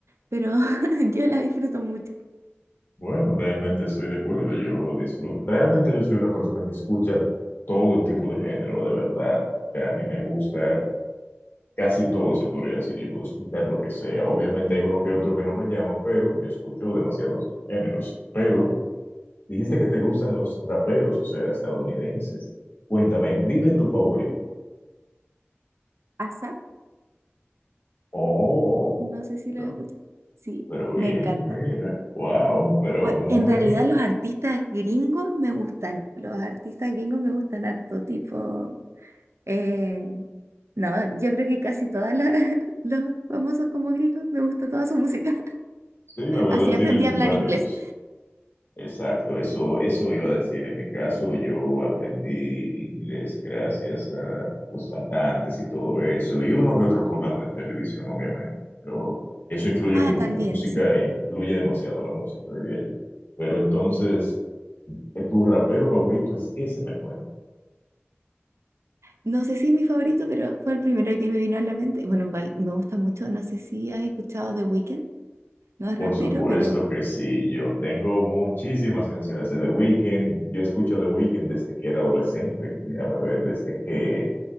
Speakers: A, on the right (about 85°); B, on the left (about 50°).
A: pero <laughs> yo la disfruto mucho.
B: Bueno, realmente estoy de acuerdo, yo disfruto. Realmente yo soy una persona que escucha todo tipo de género, de verdad. O sea, a mí me gusta casi todo, se podría decir. Yo puedo escuchar lo que sea. Obviamente hay uno que otro que no me llama, pero yo escucho demasiados géneros. Pero dijiste que te gustan los raperos, o sea, estadounidenses. Cuéntame, dime tu favorito.
A: ASAP,
B: Oh,
A: no sé si lo
B: pero
A: has escuchado. Sí,
B: pero bien,
A: me encanta.
B: mira, wow, pero
A: Bueno,
B: muy...
A: en realidad los artistas gringos me gustan, los artistas gringos me gustan harto, tipo, eh, no, yo creo que casi todos <laughs> los famosos como gringos me gusta toda su música. <laughs>
B: Sí, la verdad
A: Así
B: tienen
A: aprendí a hablar
B: varios.
A: inglés.
B: Exacto, eso, eso iba a decir. En mi caso, yo aprendí inglés gracias a los cantantes y todo eso, y uno que otro programa de televisión, obviamente. Pero eso influye
A: Ah,
B: mucho,
A: también,
B: la música
A: sí.
B: influye demasiado, la música, diría yo. Pero entonces, ¿eh, ¿tu rapero favorito es ese, me cuento?
A: No sé si es mi favorito, pero fue el primero que me vino a la mente. Bueno, igual me gusta mucho, no sé si has escuchado The Weeknd, no es
B: Por
A: rapero,
B: supuesto
A: pero
B: que sí, yo tengo muchísimas canciones de The Weeknd. Yo escucho a The Weeknd desde que era adolescente, déjame ver, desde que